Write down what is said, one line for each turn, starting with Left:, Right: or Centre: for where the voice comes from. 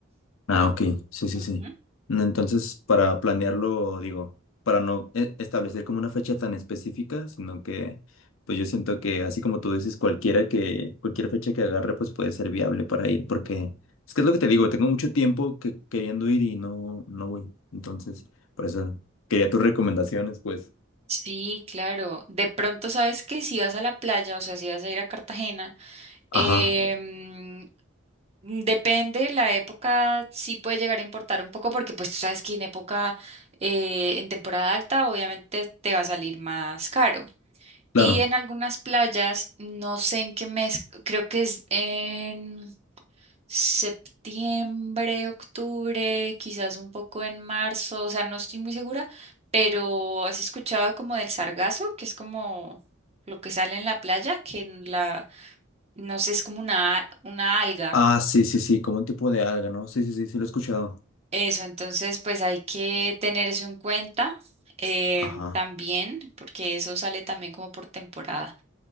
Left: Ah, ok, sí, sí,
Right: Ujú.
Left: sí. No, Entonces, para planearlo, digo, para no e- establecer como una fecha tan específica, sino que, pues yo siento que, así como tú dices, cualquiera que, cualquier fecha que agarre, pues puede ser viable para ir, porque es que es lo que te digo, tengo mucho tiempo que, queriendo ir y no, no voy. Entonces, por eso quería tus recomendaciones, pues.
Right: Sí, claro. De pronto sabes que si vas a la playa, o sea, si vas a ir a Cartagena,
Left: Ajá,
Right: em, Mm, Depende, la época sí puede llegar a importar un poco porque pues tú sabes que en época, eh, en temporada alta obviamente te va a salir más caro.
Left: claro.
Right: Y en algunas playas, no sé en qué mes, creo que es en septiembre, octubre, quizás un poco en marzo, o sea, no estoy muy segura, pero ¿has escuchado como del sargazo, que es como lo que sale en la playa, que en la, no sé, es como una, una alga?
Left: Ah, sí, sí, sí, como un tipo de alga, ¿no? Sí, sí, sí, sí, lo he escuchado.
Right: Eso, entonces pues hay que tener eso en cuenta em,
Left: Ajá.
Right: también, porque eso sale también como por temporada.